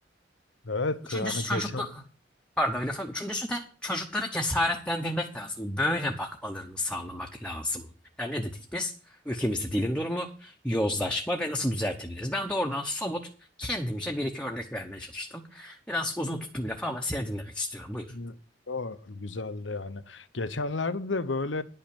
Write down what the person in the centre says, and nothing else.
Üçüncüsü
çocuklu... Pardon lafı. Üçüncüsü de çocukları cesaretlendirmek lazım. Böyle bakmalarını sağlamak lazım. Yani ne dedik biz? Ülkemizde dilin durumu, yozlaşma ve nasıl düzeltebiliriz? Ben doğrudan somut kendimce bir iki örnek vermeye çalıştım. Biraz uzun tuttum lafı ama seni dinlemek istiyorum. Buyur.